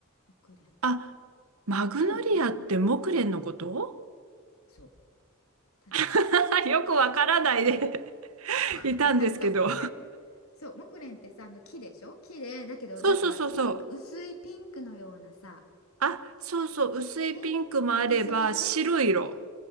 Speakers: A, on the left; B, on the right.
A: 木蓮
B: あ、マグノリアって木蓮のこと
A: だよねそう確かそう
B: <laughs> よくわからないで
A: <laughs>
B: <laughs>
A: とか言って、
B: いたんですけど。
A: 確かそうとか言って。そう、木蓮ってさ、あの木でしょ木で、
B: <laughs>
A: だけどなんかピンク、
B: そうそうそうそう。
A: 薄いピンクのようなさ、
B: あ、そうそう、薄いピンクもあれば、
A: ね、私あれ大好き。
B: 白い色。